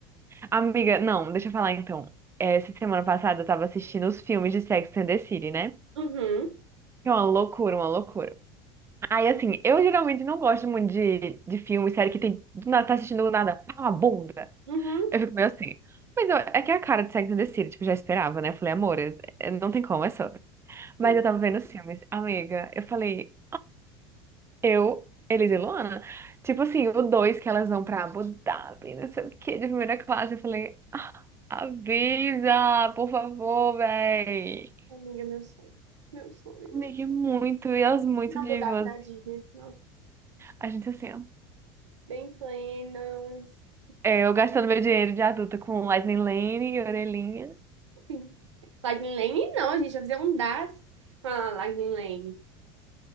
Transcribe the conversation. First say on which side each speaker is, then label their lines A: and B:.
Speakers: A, on the right (about 15°); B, on the right (about 85°).
A: Amiga, não, deixa eu falar então. Essa semana passada eu tava assistindo os filmes de Sex and the City, né?
B: Uhum,
A: É uma loucura, uma loucura. Aí, assim, eu geralmente não gosto muito de, de filme, série que tem. Do nada, tá assistindo do nada, pá, uma bunda.
B: uhum.
A: Eu fico meio assim. Mas eu- é que é a cara de Sex and the City, tipo, já esperava, né? Eu falei, amor, é- é- não tem como, é só. Mas
B: Sim.
A: eu tava vendo os filmes. Amiga, eu falei. Eu, Elisa e Luana, tipo assim, o dois que elas vão pra Abu Dhabi, não sei o quê, de primeira classe, eu falei, avisa, por favor, véi.
B: Amiga, meu sonho. Meu sonho,
A: Amiga,
B: meu
A: é
B: sonho.
A: muito, e elas muito
B: Na Abu
A: divas.
B: Dhabi, na Disney, assim, ó.
A: A gente assim, ó,
B: Bem plenas.
A: é, eu gastando meu dinheiro de adulta com Lightning Lane e orelhinha.
B: Sim. Lightning Lane não, gente. Já fizeram um das. Ah, Lightning Lane.